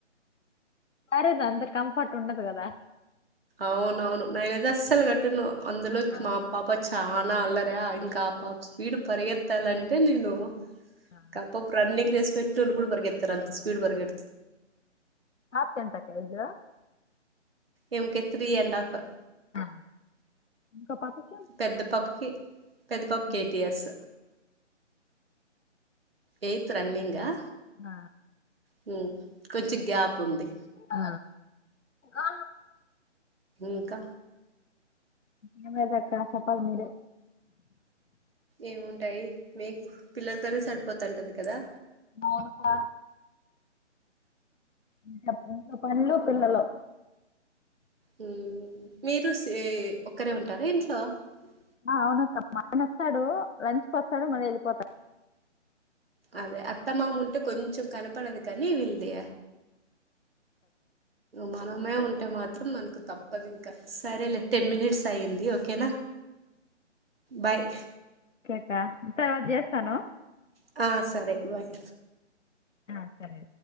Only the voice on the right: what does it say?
అవునవును నిన్నైతే అస్సలు గట్టను అందులో
మా పాప చానా అల్లరి <unintelligible> స్పీడ్ పరిగేత్ పట్టాలంటే నేను
కప్పు రన్నింగ్ రేస్ పె ట్రోలు కూడా పరిగెతార్ ఆలూ స్పీడ్ పరిగెడ్
ఈమెకి త్రీ అండ్ హఫ్
పెద్ద పాప్కి పెద పాప్కి
ఎయిట్ ఇయర్స్ ఎయిత్ రన్నింగ్ ఆ
హ్మ్ కొంచం గ్యాప్ వుంది.
ఇంకా
ఏముంటాయి మీకు పిల్లలతోనే సరిపోతుంటది కదా.
మ్ మీరు స్ ఒక్కరే ఉంటారా ఇంట్లో. ట
అదే అత్తమామ ఉంటే కొంచెం కనపడదు కానీ వీళ్దే, మనమే ఉంటే మాత్రం మనకు తప్పదు ఇంకా సరేలే టెన్ మినిట్స్ అయ్యంది, ఓకేనా బాయ్.
హ సరే బాయ్